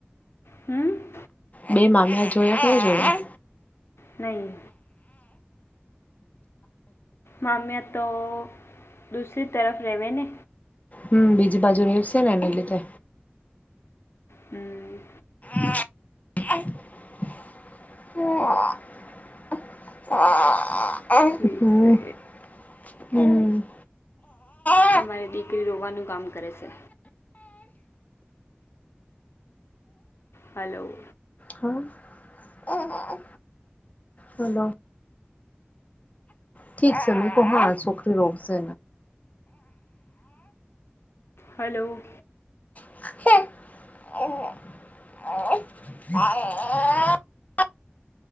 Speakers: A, on the left; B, on the left.
A: હમ
B: બે મામિયા જોયા કે નઈ જોયા?
A: નહી. મામિયા તો દૂસરી તરફ રહેવે ને
B: હમ બીજી બાજુ રેવશે ને એને લીધે
A: હમ
B: હા <inaudible> <inaudible>
A: ઠીક છે
B: હમ <inaudible>
A: તમારી દીકરી રોવાનું કામ કરે છે. હલો
B: હા હલો ઠીક છે મુ કઉ હુંન આ શોકરી રોગસે
A: હલો.
B: <inaudible>